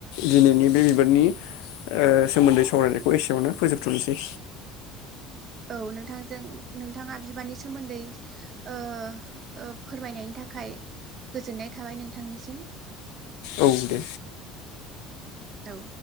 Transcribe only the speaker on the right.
औ नोंथांजों नोंथाङा बिबारनि सोमोन्दै ओ ओ फोरमायनायनि थाखाय गोजोननाय थाबाय नोंथांनिसिम
औ